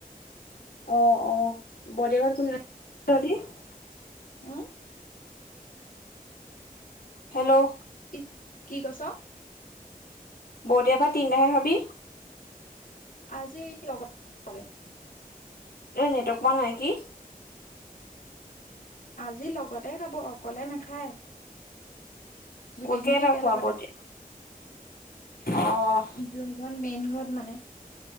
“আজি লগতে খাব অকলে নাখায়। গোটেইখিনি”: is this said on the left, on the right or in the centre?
Left